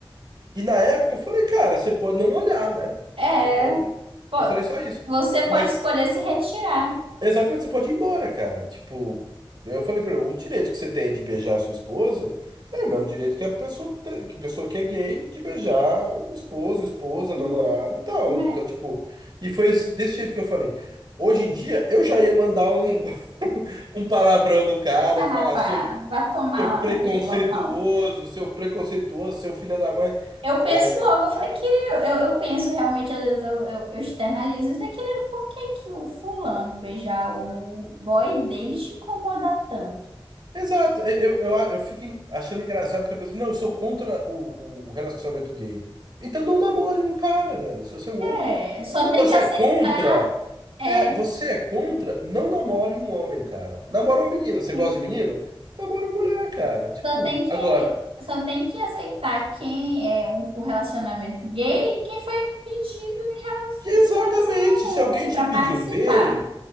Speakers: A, on the right (about 55°); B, on the right (about 80°).
A: E na época eu falei, cara, você pode não olhar, né?
B: É,
A: Você pode.
B: pô,
A: Eu falei só isso.
B: você
A: E-
B: pode
A: Mas
B: escolher se retirar.
A: exatamente, você pode ir embora, cara. Tipo, eu falei pra ele, o direito que você tem de beijar a sua esposa é o mesmo direito que a pessoa, te- que a pessoa que é gay de beijar o esposo, esposa, namorado
B: Ih,
A: e tal.
B: né?
A: Então, tipo, e foi esse- desse jeito que eu falei. Hoje em dia, eu já ia mandar um, <laughs> um palavrão no cara
B: Ah,
A: e
B: rapaz,
A: falar, seu,
B: vá tomar
A: seu
B: lá
A: preconceituoso,
B: naquele local.
A: seu preconceituoso, seu filho da mãe.
B: Eu penso
A: é,
B: logo, eu falei, querido, eu, eu penso realmente, às vezes eu, eu, eu externalizo, eu falei, querido, por que que o fulano beijar o boy dele te incomoda tanto?
A: Exato, eu, eu, eu fico en- achando engraçado que a pessoa, não, eu sou contra o, o relacionamento gay. Então não namore um cara, velho. Se você é um homem,
B: É, só
A: não namore.
B: tem que
A: Você
B: aceitar.
A: é contra?
B: É,
A: É, você é contra? Não namore um homem, cara. Namora uma menina. Você gosta
B: é.
A: de menina? Namora uma mulher, cara. Tipo,
B: Só tem que,
A: agora,
B: só tem que aceitar quem é o, o relacionamento gay e quem foi pedido em relação,
A: que exatamente,
B: nesse relacionamento
A: se alguém
B: ali
A: te
B: para
A: pedir
B: participar.
A: um beijo,